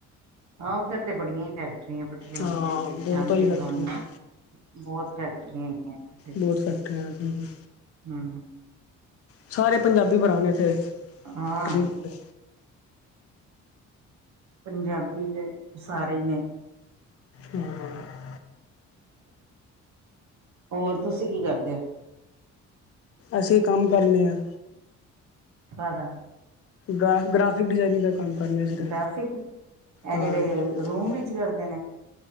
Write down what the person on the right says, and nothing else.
ਹਾਂ ਉਧਰ ਤੇ ਬੜੀਆਂ ਹੀ ਫੈਕ ਪਟਰੀਆਂ-ਪਟਰੀਆਂ ਮਹੱਲੇ
ਸ਼ਾਂਤੀ
ਕਲੋਨੀ।
ਬੋਤ ਫੈਕਟਰੀਆਂ ਹੈਗੀਆਂ ਥੋਡੇ ਪਾਸੇ,
ਹੂੰ।
ਹਾਂ
ਪੰਜਾਬੀ ਦੇ ਸਾਰੇ ਈ ਨੇ।
ਹੋਰ ਤੁਸੀਂ ਕੀ ਕਰਦੇ ਓਂ।
ਕਾਦਾ।
ਗ੍ਰਾਫਿਕ ਇਹ
ਜਿਹੜੇ
ਰੂਮ ਵਿੱਚ ਕਰਦੇ ਨੇ